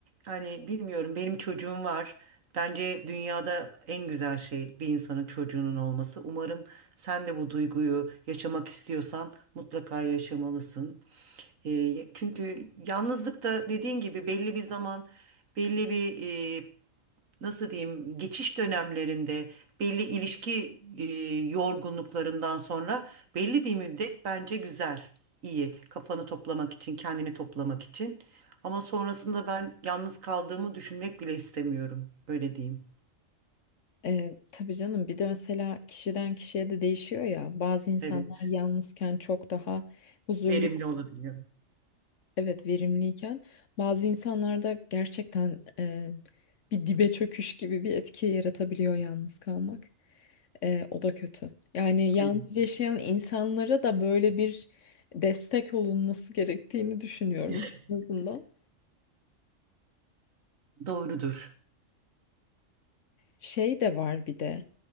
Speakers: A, on the right (about 80°); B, on the left (about 70°).
A: Yani bilmiyorum benim çocuğum var. Bence dünyada en güzel şey bir insanın çocuğunun olması. Umarım sen de bu duyguyu yaşamak istiyorsan mutlaka yaşamalısın. Ee, çünkü yalnızlık da dediğin gibi belli bir zaman, belli bir e, nasıl diyeyim geçiş dönemlerinde belli ilişki e, yorgunluklarından sonra belli bir müddet bence güzel, iyi. Kafanı toplamak için, kendini toplamak için. Ama sonrasında ben yalnız kaldığımı düşünmek bile istemiyorum. Öyle diyeyim.
B: E, tabii canım bir de mesela kişiden kişiye de değişiyor ya bazı insanlar
A: Evet.
B: yalnızken çok daha huzurlu
A: Verimli olabiliyor.
B: evet verimliyken bazı insanlarda gerçekten e, bir dibe çöküş gibi bir etki yaratabiliyor yalnız kalmak E, o da kötü yani yalnız
A: Evet.
B: yaşayan insanlara da böyle bir destek olunması gerektiğini düşünüyorum
A: <laughs>
B: en azından.
A: Doğrudur.
B: Şey de var bir de.